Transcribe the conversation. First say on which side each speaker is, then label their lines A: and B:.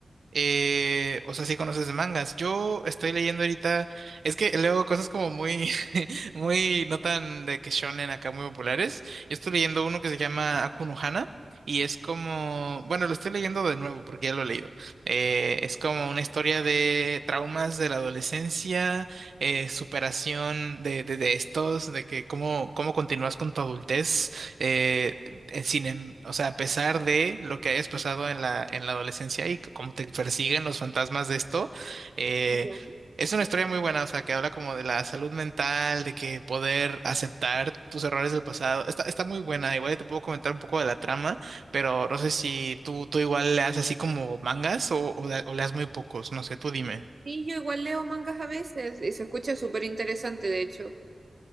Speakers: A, on the right; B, on the right.
A: Eh, o sea, sí conoces de mangas. Yo estoy leyendo ahorita, es que leo cosas como muy, <laughs> muy, no tan de que shonen acá muy populares. Yo estoy leyendo uno que se llama Aku no Hana y es como, bueno, lo estoy leyendo de nuevo porque ya lo he leído. Eh, es como una historia de traumas de la adolescencia, eh, superación de, de, de estos, de que cómo, cómo continúas con tu adultez, eh, eh, sin, em- o sea, a pesar de lo que hayas pasado en la, en la adolescencia y c- cómo te persiguen los fantasmas de esto, eh,
B: Ya.
A: es una historia muy buena, o sea, que habla como de la salud mental, de que poder aceptar tus errores del pasado. Está, está muy buena, igual y te puedo comentar un poco de la trama, pero no sé si tú, tú igual leas así como mangas o, o, le- o leas muy pocos, no sé, tú dime.
B: Sí, yo igual leo mangas a veces y se escucha súper interesante, de hecho.